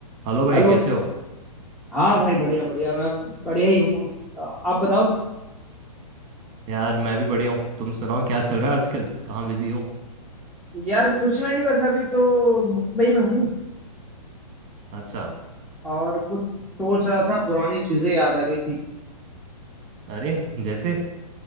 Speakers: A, on the right (about 30°); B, in the centre.
A: Hello भाई
B: Hello
A: कैसे हो
B: हाँ भाई बढ़िया बढ़िया मैं बढ़िया ही हूँ अ, आप बताओ
A: यार मैं भी बढ़िया हूँ तुम सुनाओ क्या चल रहा है आजकल कहाँ बिजी हो
B: यार कुछ नहीं बस अभी तो मुंबई में हूँ
A: अच्छा
B: और कुछ सोच रहा था पुरानी चीजें याद आ गई थी
A: अरे जैसे